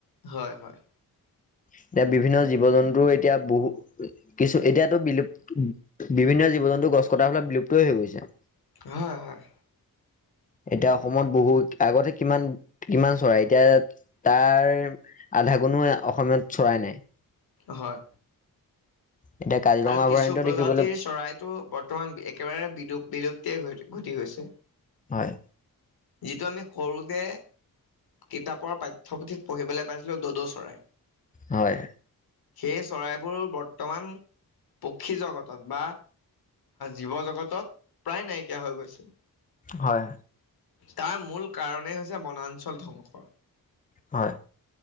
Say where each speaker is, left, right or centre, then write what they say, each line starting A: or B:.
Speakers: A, on the left (about 85°); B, on the left (about 20°).
A: হয়- হয়।
B: এতিয়া বিভিন্ন জীৱ জন্তুৰ এতিয়া বহু কিছু এতিয়াতো বিলুপ্ত বিভিন্ন জীৱ জন্তু গছ কটাৰ ফালত বিলুপ্তই হৈ গৈছে।
A: হয় - হয়।
B: এতিয়া অসমত বহুত আগতে কিমান - কিমান চৰাই এতিয়া তাৰ আধা গুণো অসমত চৰাই নাই।
A: হয়।
B: এতিয়া কাজিৰঙা
A: আৰু কিছু
B: অভয়াৰণ্য
A: প্ৰজাতিৰ
B: দেখিবলৈ
A: চৰাইটো বৰ্তমান একেবাৰে বিলুপ বিলুপ্তিয়ে ঘ ঘটি গৈছে।
B: হয়
A: যিটো আমি সৰুতে কিতাপৰ পাঠ্যপুথিত পঢ়িবলৈ পাইছিলোঁ দদৌ চৰাই।
B: হয়।
A: সেই চৰাইবোৰ বৰ্তমান পক্ষী জগতত বা জীৱ জগতত প্ৰায় নাইকিয়া হৈ গৈছে।
B: হয়।
A: তাৰ মূল কাৰণেই হৈছে বনাঞ্চল ধ্বংস।
B: হয়।